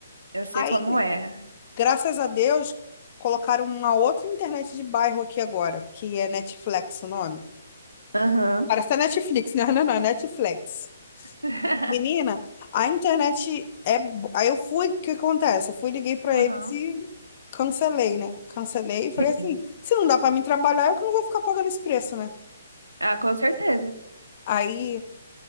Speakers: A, on the right (about 80°); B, on the left (about 35°).
A: eu sei
B: Aí,
A: como é.
B: graças a Deus, colocaram uma outra internet de bairro aqui agora, que é Netflix o nome.
A: Aham.
B: Parece a Netflix, né? <laughs> Não, não, não, é Netflix.
A: <laughs>
B: Menina, a internet é. bo- Aí eu fui, o que acontece? Eu fui, liguei pra
A: Aham.
B: eles e cancelei, né? Cancelei e falei
A: Sim.
B: assim: se não dá pra mim trabalhar, eu que não vou ficar pagando esse preço, né?
A: Ah, com certeza.
B: Aí,